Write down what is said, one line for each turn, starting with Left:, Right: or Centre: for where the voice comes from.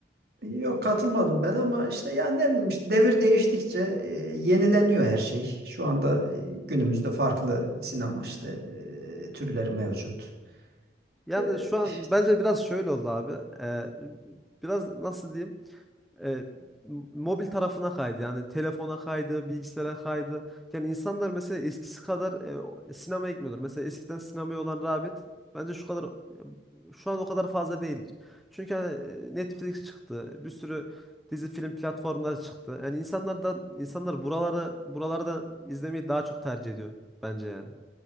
Right: Yok katılmadım ben ama işte ya ne bileyim işte devir değiştikçe e, yenileniyor her şey. Şu anda e, günümüzde farklı sinema işte
Centre: Evet.
Right: e, türleri mevcut.
Centre: Yani
Right: E,
Centre: şu an bence biraz şöyle oldu abi. Ee, biraz nasıl diyeyim? e, mobil tarafına kaydı. Yani telefona kaydı, bilgisayara kaydı. Yani insanlar mesela eskisi kadar e, o- sinemaya gitmiyorlar. Mesela eskiden sinemaya olan rağbet bence şu kadar e, şu an o kadar fazla değildir. Çünkü hani e, Netflix çıktı. Bir sürü dizi film platformları çıktı. Yani insanlar da insanlar buraları buralarda izlemeyi daha çok tercih ediyor bence yani.